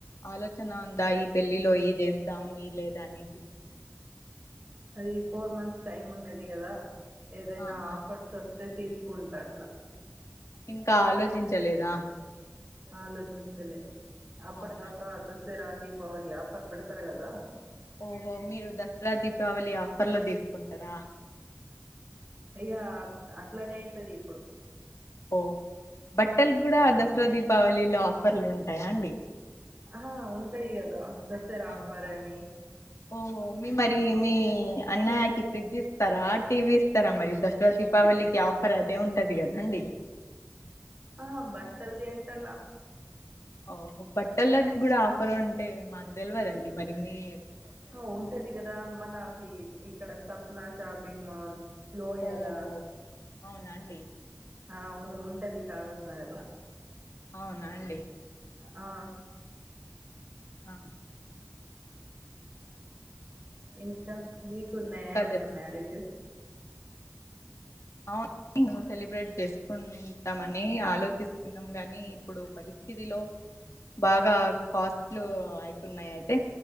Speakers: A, on the left; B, on the right.
A: ఆలోచన ఉందా ఈ పెళ్లిలో ఈ చేద్దాం ఈ లేదా అని
B: అది ఫోర్ మంత్స్ టైమ్ ఉన్నది కదా ఏదైనా
A: ఆహా
B: ఆఫర్స్ వస్తే తీసుకుంటా అట్లా
A: ఇంకా ఆలోచించలేదా
B: ఆలోచించలే అప్పడ
A: అవునా
B: దాకా దసరాది దిపావళి ఆఫర్ పెడతారు కదా
A: ఓహో మీరు దసరా దీపావళి ఆఫర్లో తీసుకుంటారా
B: ఇగ అట్లనే అయితది ఇప్పుడు
A: ఓ బట్టలు గూడా
B: మ్మ్
A: దసరా దీపావళిలో ఆఫర్లు ఉంటాయా అండి
B: ఆహా ఉంటాయి కదా దసరా
A: అవునా
B: ఆఫర్ అని
A: ఓహో మీ మరి
B: మ్మ్
A: మీ అన్నయ్యకి ఫ్రిడ్జ్ ఇస్తారా టీవీ ఇస్తారా మరి దసరా దీపావళికి ఆఫర్ అది తే ఉంటది కదా అండి
B: ఆ బట్టలుది ఏంటన్నా
A: ఓహొ బట్టలకి కూడా ఆఫర్ ఉంటే మాకు తెలివదండి మరిన్ని
B: ఆ ఉంటది కదా మనకి ఇక్కడ సప్న షాపింగ్ మాల్ లోయాల
A: ఓహో అవునా అండి
B: అవును ఉంటది కా ర్లా <unintelligible>
A: అవునా అండి
B: ఆ
A: ఆ
B: ఇంకా మీకున్నాయా
A: ఇంకా
B: ఏమన్నా
A: చెప్తా
B: మ్యారేజెస్
A: అవును సెలబ్రేట్ చేసుకుంటామని ఆలోచిస్తున్నాం గాని ఇప్పుడు పరిస్థితిలో బాగా కాస్ట్లు అయితున్నాయి అయితే